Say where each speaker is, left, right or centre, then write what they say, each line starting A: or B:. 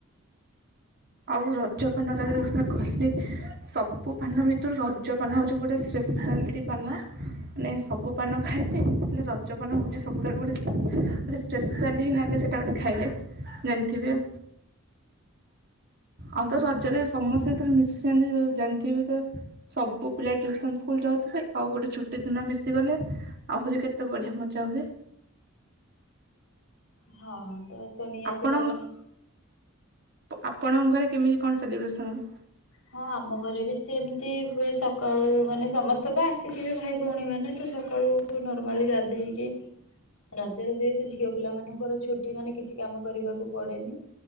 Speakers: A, on the right; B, on the left.
A: ଆଉ ରଜ ପାନଟା ଯୋଉ ସୁଧା କହିଲି ସବୁ ପାନ ଭିତୁରୁ ରଜପାନ ହଉଚି ଗୋଟେ ସ୍ପେଶାଲିଟି ପାନ। ନାଇଁ ସବୁ ପାନ ଖାଇବେ ହେଲେ ରଜପାନ ହଉଚି ସବୁଠାରୁ ଗୋଟେ ଗୋଟେ ସ ସ୍ପେଶାଲି ହି ଲାଗେ ସେଟା ଗୋଟେ ଖାଇଲେ ଜାଣଥିବେ? ଆଉ ତ ରଜରେ ସମସ୍ତେ ଯେତବଳେ ମିଶି ଯାଆନ୍ତି ଆଉ ଜାଣଥିବେ ତ ସବୁ ପିଲା ଟିଉସନ ସ୍କୁଲ ଯାଉଥୁବେ ଆଉ ଗୋଟେ ଛୁଟି ଦିନ ମିଶିଗଲେ ଆହୁରି କେତେ ବଢ଼ିଆ ମଜା ହୁଏ।
B: ହଁ ତ ତ ନିହାତି
A: ଆପଣ
B: ଭାବରେ
A: ଆପଣଙ୍କ ଘରେ କେମିତି କଣ ସେଲିବ୍ରେସନ୍ ହୁଏ?
B: ହଁ ଆମ ଘରେ ବି ସେମତି ହୁଏ ସକାଳୁ ମାନେ ସମସ୍ତେ ତ ଆସିଥିବେ ଭାଇ ଭଉଣୀ ମାନେ ତ ସକାଳୁ କୁ ନର୍ମାଲି ଗାଧେଇକି ରଜରେ ଯେହେତୁ ଝିଅ ପିଲା ମାନଙ୍କର ଛୁଟି ମାନେ କିଛି କାମ କରିବାକୁ ପଡ଼େନି